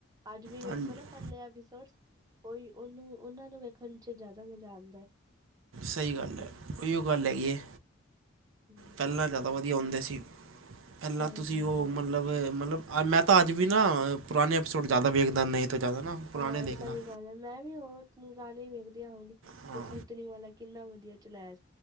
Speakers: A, on the right; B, on the right.
A: ਅੱਜ ਵੀ ਵੇਖੋ
B: ਹਾਂਜੀ
A: ਨਾ। ਪਹਿਲੇ ਐਪੀਸੋਡ ਉਹੀ ਉਹਨੂੰ ਉਹ ਨੂੰ ਵੇਖਣ ਚ ਜਿਆਦਾ ਮਜ਼ਾ ਆਦਾ।
B: ਸਹੀ ਗੱਲ ਹੈ, ਉਹੀਓ ਗੱਲ ਹੈ,
A: ਹਮ
B: ਪਹਿਲਾਂ ਜ਼ਿਆਦਾ ਵਧੀਆ ਹੁੰਦੇ ਸੀ, ਪਹਿਲਾਂ
A: ਸਹੀ
B: ਤੁਸੀਂ
A: ਗੱਲ
B: ਉਹ
A: ਹੈ
B: ਮਤਲਬ ਮਤਲਬ ਮਤਲਬ ਮੈਂ ਤਾਂ ਅੱਜ ਵੀ ਨਾ ਪੁਰਾਣੇ ਐਪੀਸੋਡ ਜ਼ਿਆਦਾ ਵੇਖਦਾ, ਨਹੀਂ ਤੋ ਜ਼ਿਆਦਾ ਨਾ। ਪੁਰਾਣੇ
A: ਹਾਂ
B: ਦੇਖਦਾ
A: ਸਹੀ ਗੱਲ ਹੈ, ਮੈਂ ਵੀ ਉਹ ਰਾਣੇ ਵੇਖਦੀ ਹਾਂ ਹੁਣ
B: ਹਾਂ
A: ਉਹ ਭੁਤਨੀ ਵਾਲਾ, ਕਿੰਨਾ ਵਧੀਆ। ਚ ਲੈ,